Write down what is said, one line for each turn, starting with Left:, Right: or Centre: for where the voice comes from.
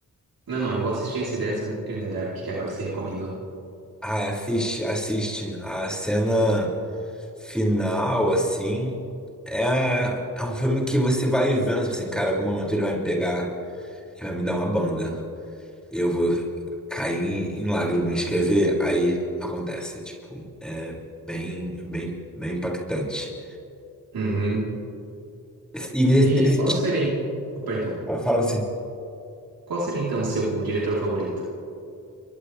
Right: Não, não, eu vou assistir esse Dance in the Dark, que é agora que você recomendou.
Centre: Ah, assiste, assiste. A cena final, assim. É, é um filme que você vai vendo, tipo assim, cara, em algum momento ele vai me pegar e vai me dar uma banda. Eu vou cair em lágrimas, quer ver? Aí acontece, tipo, é bem, bem, bem impactante.
Right: Uhum.
Centre: E nesse,
Right: E
Centre: nesse-
Right: qual seria, em- oh, perdão,
Centre: fala você,
Right: qual seria então o seu diretor favorito?